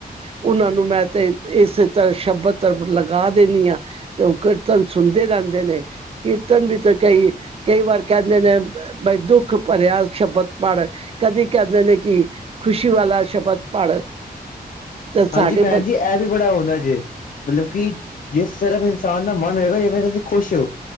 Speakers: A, on the right; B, on the left.
A: ਉਹਨਾਂ ਨੂੰ ਮੈਂ ਤੇ ਇਸੇ ਤਰ੍ਹਾਂ ਸ਼ਬਦ ਤਾਂ ਲੱਗਾਂ ਦੇਨੀ ਹਾਂ। ਤੇ ਉਹ ਕੀਰਤਨ ਸੁਣਦੇ ਰਹਿੰਦੇ ਨੇ। ਕੀਰਤਨ ਵੀ ਤੇ ਕਈ, ਕਈ ਵਾਰ ਕਹਿੰਦੇ ਨੇ ਬਈ ਦੁੱਖ ਭਰਿਆ ਸ਼ਬਦ ਪੜ ਕਦੀ ਕਹਿੰਦੇ ਨੇ ਕਿ ਖੁਸ਼ੀ ਵਾਲਾ ਸ਼ਬਦ ਪੜ। ਤੇ
B: ਹਾਂਜੀ
A: ਸਾਡੇ
B: ਭੈਣ
A: ਬ
B: ਜੀ ਇਹ ਵੀ ਬੜਾ ਹੁੰਦਾ ਜੇ ਮਤਲਬ ਕਿ ਜਿਸ ਤਰਫ ਇਨਸਾਨ ਦਾ ਮਨ ਹੋਏਗਾ ਜਿਵੇਂ ਤੁਸੀਂ ਖੁਸ਼ ਹੋ।